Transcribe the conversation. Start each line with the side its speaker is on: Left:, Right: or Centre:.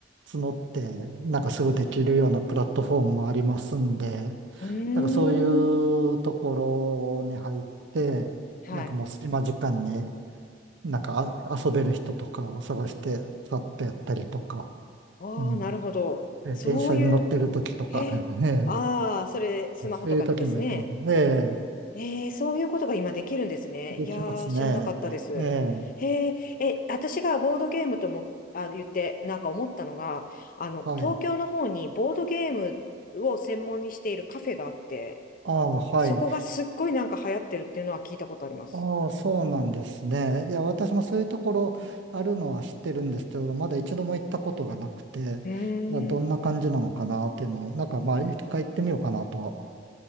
Right: 募って、なんかすぐできるようなプラットフォームもありますんで、
Left: うーん。
Right: なんかそういうところに入って、
Left: はい。
Right: なんかもう隙間時間になんかあ遊べる人とかを探して、さっとやったりとか、
Left: ああ、
Right: うん。
Left: なるほど。
Right: え電車に乗ってる時とか、
Left: そういう、へえ。
Right: <laughs> ええ
Left: ああ、それ、スマホとかでですね。
Right: そういう時もやっても、ええ
Left: えー、そういうことが今できるんですね。
Right: できますね。
Left: いやー、知らなかったです。
Right: ええ
Left: へえ、え、私がボードゲームとも、あ、言って、なんか思ったのが、あの、
Right: はい。
Left: 東京の方にボードゲームを専門にしているカフェがあって、
Right: ああ、はい。
Left: そこがすっごいなんか流行ってるっていうのは聞いたことあります。
Right: ああ、そうなんですね。いや、私もそういうところあるのは知ってるんですけど、まだ一度も行ったことがなくて、
Left: うーん。
Right: いやどんな感じなのかなっていうのを、なんかまあ、一回行ってみようかなとは、